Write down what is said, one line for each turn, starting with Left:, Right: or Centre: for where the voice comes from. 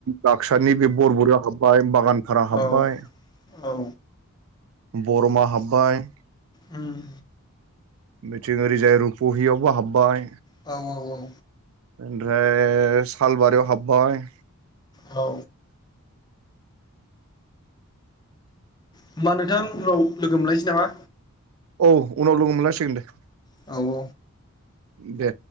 Right: बाक्सानि बे बरबुरियाव हाबबाय बागानफारा
Left: औ
Right: हाबबाय
Left: औ
Right: बर'मा हाबबाय
Left: उम
Right: बिथिं ओरिजाय रुप'हियावबो हाबबाय
Left: औ औ औ
Right: आमफ्राय सालबारियाव हाबबाय
Left: औ होमबा नोंथां उनाव लोगो मोनलायनोसै नामा
Right: औ उनाव लोगो मोनलांसिगोन दे
Left: औ
Right: दे